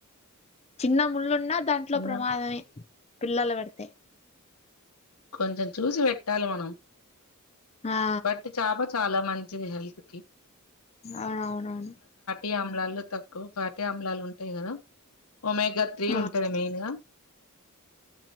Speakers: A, on the left (about 30°); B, on the left (about 75°).
A: చిన్న ముళ్ళున్న దాంట్లో
B: చిన్న
A: ప్రమాదమే పిల్లలు పెడితే
B: కొంచెం చూసి పెట్టాలి మనం
A: ఆ
B: బట్ చాప చాలా మంచిది హెల్త్ కి
A: అవునవునవును
B: ఈ ఆమ్లాలు తక్కువ పాటి అమ్లాలు ఉంటాయి కదా ఒమెగా త్రీ
A: ఆ
B: ఉంటంది మెయిన్ గా